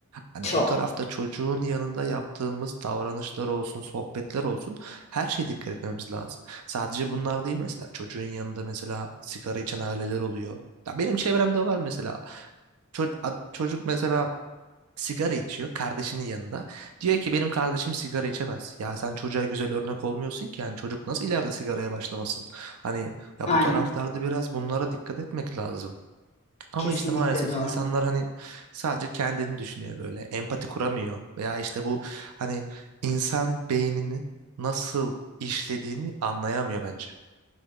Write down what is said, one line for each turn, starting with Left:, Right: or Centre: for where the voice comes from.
Right: Hani
Left: Çok.
Right: o tarafta çocuğun yanında yaptığımız davranışlar olsun, sohbetler olsun her şeye dikkat etmemiz lazım. Sadece bunlar değil mesela çocuğun yanında mesela sigara içen aileler oluyor. Ya benim çevremde var mesela Ço- a- çocuk mesela sigara içiyor kardeşinin yanında. Diyor ki benim kardeşim sigara içemez. Ya sen çocuğa güzel örnek olmuyorsun ki yani çocuk nasıl ileride sigaraya başlamasın? Hani ya
Left: Aynen.
Right: bu taraflarda biraz bunlara dikkat etmek lazım. Ama
Left: Kesinlikle
Right: işte maalesef
Left: doğru.
Right: insanlar hani sadece kendini düşünüyor böyle. Empati kuramıyor. Veya işte bu hani insan beyninin nasıl işlediğini anlayamıyor bence.